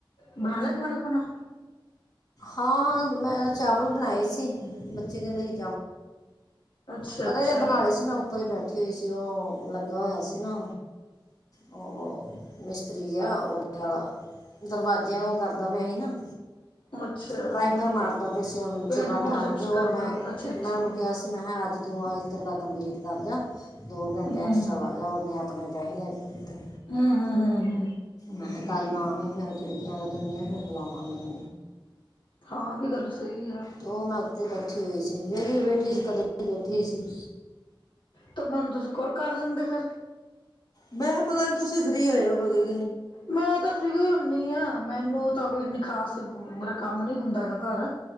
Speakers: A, on the left; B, on the left.
A: ਬਣਾ ਲਿਆ ਖਾਣਾ ਖੁਣਾ,
B: ਹਾਂ, ਮੈਂ ਚਾਵਲ ਬਣਾਏ ਸੀ ਬੱਚੇ ਕਹਿੰਦੇ ਸੀ,
A: ਅੱਛਾ
B: ਕਦੇ
A: ਅੱਛਾ
B: ਦੇ ਬਣਾਲੇ ਸੀ ਮੈਂ ਉੱਪਰ ਹੀ ਬੈਠੀ ਹੋਈ ਸੀ ਉਹ ਲੱਗਾ ਹੋਇਆ ਸੀ ਨਾ, ਉਹ, ਮਿਸਤਰੀ ਜਾ ਉਹਦੇ ਵਾਲਾ, ਦਰਵਾਜ਼ਿਆਂ ਨੂੰ ਉਹ ਕਰਦਾ ਪਿਆ ਸੀ ਨਾ,
A: ਅੱਛਾ
B: ਪ੍ਰਾਈਮਰ ਮਾਰਦਾ
A: ਤੇ
B: ਪਿਆ ਸੀ ਉਹਨੂੰ ਚੁਗਾਠਾਂ
A: ਪੇਂਟ ਪੂੰਟ ਜਾਂ
B: ਨੂੰ
A: ਕੁਛ
B: ਤੇ ਉਹ
A: ਕਰਦਾ
B: ਮੈਂ,
A: ਹੋਊਗਾ ਅੱਛਾ ਅੱਛਾ
B: ਮੈਂ ਉਹਨੂੰ ਕਿਹਾ ਸੀ ਮੈਂ ਅੱਜ ਦੋ ਇੱਧਰ ਦਾ ਕੰਪਲੀਟ ਕਰ ਜਾ ਦੋ ਘੰਟੇ
A: ਹਮ
B: ਐਕਸਟਰਾ ਲਾ ਜਾ ਉਹਨੇ ਆਪਣੇ ਪੈਸੇ ਲੈ ਕੇ ਦਿੱਤੇ,
A: ਹੂੰ, ਹੂੰ, ਹੂੰ ਹੂੰ।
B: ਮੈਂ ਕਿ <unintelligible> ਆ ਫਿਰ ਖਿੜਕੀਆਂ ਲੱਗਣੀਆਂ ਫਿਰ ਬਲਾਮਾਗੇ,
A: ਹਾਂ, ਵੀ ਗੱਲ ਸਹੀ ਆ।
B: ਉਹ ਮੈਂ ਉੱਤੇ ਬੈਠੀ ਹੋਈ ਸੀ ਵਿਹਲੀ ਬੈਠੀ ਸੀ ਕਦੇ ਬੈਠੀ ਸੀ।
A: ਤੇ ਮੈਨੂੰ ਤੁਸੀਂ ਕੋਲ ਕਰ ਲੈਂਦੇ ਫੇਰ।
B: ਮੈਂ ਕਿਹਾ ਪਤਾ ਨੀ ਤੁਸੀ ਫਰੀ ਹੋਏ ਹੋਵੋਗੇ।
A: ਮੈਂ ਤੇ ਫਰੀ ਓਈ ਹੁੰਨੀਆਂ, ਮੈਨੂੰ ਤਾਂ ਕੋਈ ਇੰਨੀ ਖਾਸ ਮੇਰਾ ਕੰਮ ਨੀ ਹੁੰਦਾ ਹੈਗਾ ਘਰ।